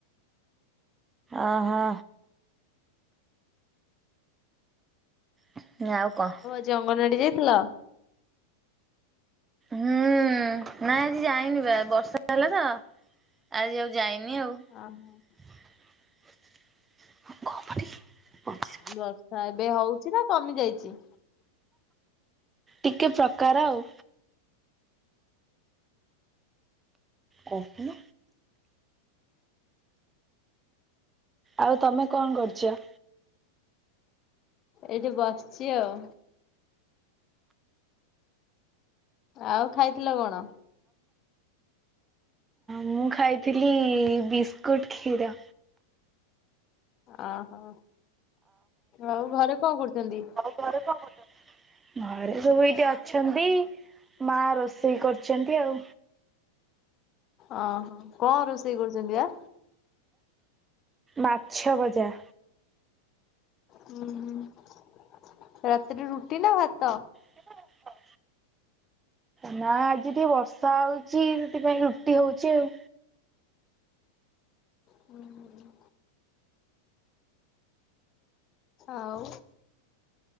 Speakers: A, on the right (about 15°); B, on the left (about 35°).
A: ଓହୋ। ମୁ କହିଲି ଆଉ କଣ?
B: ଆଜି ଅଙ୍ଗନବାଡ଼ି ଯାଇଥିଲ?
A: ହୁଁ ନାଇଁ ଆଜି ଯାଇନି ବା ବର୍ଷା ହେଲା ତ ଆଜି ଆଉ ଯାଇନି ଆଉ।
B: ଓହୋ।
A: <unintelligible>
B: ବର୍ଷା ଏବେ ହଉଛି ନା କମି ଯାଇଛି?
A: ଟିକେ ପ୍ରକାର ଆଉ। କହୁନୁ। ଆଉ ତମେ କଣ କରୁଛ?
B: ଏଇଠି ବସିଛି ଆଉ। ଆଉ ଖାଇଥିଲ କଣ?
A: ମୁଁ ଖାଇଥିଲି ବିସ୍କୁଟ କ୍ଷୀର।
B: ଅହୋ ଆଉ ଘରେ କଣ କରୁଛନ୍ତି?
A: ଘରେ କଣ କରୁଛନ୍ତି? ଘରେ ସବୁ ଏଇଠି ଅଛନ୍ତି ମା ରୋଷେଇ କରୁଛନ୍ତି ଆଉ।
B: ଓହୋ କଣ ରୋଷେଇ କରୁଛନ୍ତି ବା?
A: ମାଛ ଭଜା।
B: ହୁଁ ହୁଁ ରାତିରେ ରୁଟି ନା ଭାତ?
A: ରୁଟି ନା ଭାତ। ନା ଆଜି ଟିକେ ବର୍ଷା ହଉଛି ସେଥିପାଇଁ ରୁଟି ହଉଛି ଆଉ।
B: ହୁଁ ହୁଁ ହୁଁ। ଆଉ।